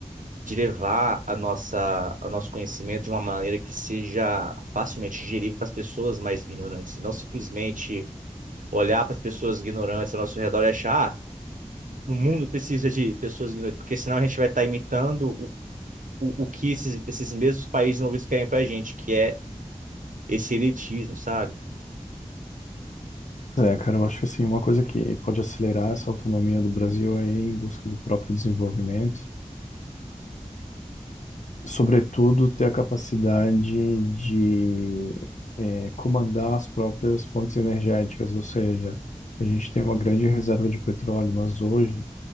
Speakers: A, on the right; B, on the left.
A: de levar a nossa, o nosso conhecimento de uma maneira que seja facilmente digerível para as pessoas mais ignorantes. Não simplesmente olhar para as pessoas ignorantes ao nosso redor e achar, ah, o mundo precisa de pessoas ignorantes, porque senão a gente vai estar imitando o, o, o que esses, esses mesmos países envolvidos querem para a gente, que é esse elitismo, sabe?
B: É, cara, eu acho que assim, uma coisa que pode acelerar essa autonomia do Brasil é ir em busca do próprio desenvolvimento, sobretudo ter a capacidade de eh, comandar as próprias fontes energéticas, ou seja, a gente tem uma grande reserva de petróleo, mas hoje,